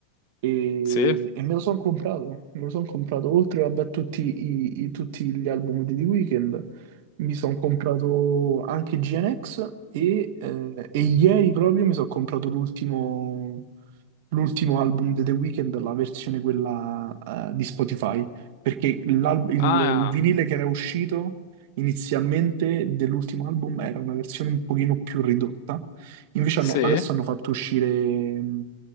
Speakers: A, on the right; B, on the left.
A: e,
B: sì.
A: e me lo sono comprato, me lo sono comprato, oltre vabbè, a tutti, i- i- tutti gli album di The Weeknd, mi sono comprato anche GNX e, eh, e ieri proprio mi sono comprato l'ultimo l'ultimo album di The Weeknd, la versione quella eh, di Spotify, perché l'al- il,
B: Ah,
A: il vinile che era uscito inizialmente dell'ultimo album era una versione un pochino più ridotta, invece
B: sì,
A: hanno- adesso hanno fatto uscire mh,